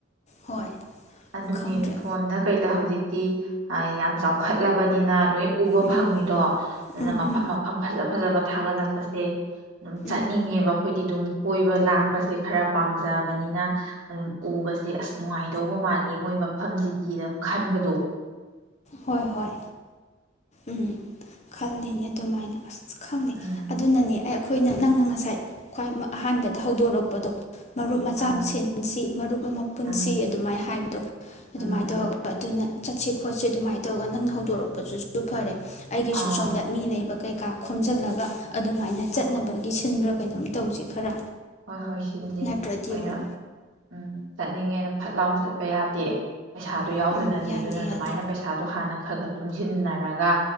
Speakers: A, on the left; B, on the right.
A: ꯍꯣꯏ
B: ꯑꯗꯨꯅꯦ
A: ꯈꯪꯗ꯭ꯔꯦ
B: ꯐꫭꯟꯗ ꯀꯩꯗ ꯍꯧꯖꯤꯛ ꯇꯤ ꯌꯥꯝ ꯆꯥꯎꯈꯠꯂꯕꯅꯤꯅ ꯂꫭꯏ ꯎꯕ
A: ꯎꯝ
B: ꯐꯪꯉꯤꯗꫭ ꯗꯨꯅ
A: ꯎꯝ
B: ꯃꯐꯝ
A: ꯎꯝ
B: ꯃꯐꯝ ꯐꯖ ꯐꯖꯕ ꯊꯥꯒꯠꯂꯛꯄꯁꯦ ꯗꯨꯝ ꯆꯠꯅꯤꯡꯉꯦꯕ
A: ꯎꯝ
B: ꯈꫭꯏ ꯗꯤꯗꯨꯝ ꯀꫭꯏꯕ ꯂꯥꯡ ꯕꯁꯦ ꯈꯔ ꯄꯥꯝꯖꯕꯅꯤꯅ ꯑꯗꯨꯝ ꯎꯕ ꯑꯦ ꯑꯁ ꯅꯨꯡꯉꯥꯏꯗꯧꯕ ꯃꯥꯜꯂꯤ ꯃꫭꯏ ꯃꯐ ꯐꯝꯗꯤꯇꯤꯅ ꯑꯃ ꯈꯟꯕꯗꫭ꯫
A: ꯍꫭꯏ ꯍꫭꯏ ꯎꯝ ꯈꯜꯂꯤꯅꯦ ꯗꯨꯃꯥꯏꯅ <unintelligible> ꯑꯁ ꯈꯪꯗꯦ
B: ꯎꯝ
A: ꯑꯗꯨꯅꯅꯦ ꯑꯦ ꯑꯈꫭꯏꯅ ꯅꯪꯅ ꯉꯁꯥꯏ ꯑꯍꯥꯟꯕꯗ ꯍꯧꯗꫭꯔꯛꯄꯗꫭ ꯃꯔꯨꯞ ꯃꯆꯥꯃ
B: ꯑꯥ
A: ꯁꯤꯟꯁꯤ ꯃꯔꯨꯞ ꯑꯃ ꯄꯨꯟꯁꯤ
B: ꯎꯝ
A: ꯑꯗꯨꯃꯥꯏ ꯍꯥꯏꯕ ꯑꯗꯨꯃꯥꯏ
B: ꯎꯝ ꯎꯝ
A: ꯇꯧꯔꯒ ꯑꯗꯨꯅ ꯆꯠꯁꯤ ꯈꫭꯠꯁꯤ ꯑꯗꯨꯃꯥꯏ ꯇꯧꯔꯒ ꯅꯪꯅ ꯍꯧꯗꫭꯔꯛꯄꯗꯨꯁꯨ ꯐꯔꯦ ꯑꯩꯒꯤꯁꯨ
B: ꯑꯥ
A: ꯁꫭꯝꯗ ꯃꯤ ꯂꯩꯕ ꯀꯩꯀꯥ ꯈꫭꯝꯖꯜꯂꯒ ꯑꯗꯨꯃꯥꯏꯅ ꯆꯠꯅꯕꯒꯤ
B: ꯍꯣꯏ
A: ꯁꯤꯟꯕ꯭ꯔ ꯀꯩꯅꫭꯝ ꯇꯧꯖꯤ ꯈꯔ
B: ꯍꯣꯏ ꯍꯣꯏ ꯁꯣꯟꯖꯦ
A: ꯅꯠꯇ꯭ꯔꯗꯤ
B: ꯑꯣꯏꯅ
A: ꯌꯦꯡꯉꯣ
B: ꯎꯝ ꯆꯠꯅꯤꯡꯉꯦꯅ ꯐꯠ ꯂꯥꯏ ꯆꯠ ꯄꯩꯌꯥꯗꯤ ꯄꯩꯁꯥꯗꯣ
A: ꯎꯝ
B: ꯌꯥꯎꯗꯅꯗꯤ
A: ꯎꯝ ꯌꯥꯗꯦ
B: ꯑꯗꯨꯅ ꯑꯗꯨꯃꯥꯏꯅ
A: ꯌꯥꯗꯦ
B: ꯄꯩꯁꯥꯗꯣ ꯍꯥꯟꯅ ꯈꯥꯒꯠ ꯇꯨꯡꯖꯤꯟꯅꯔꯒ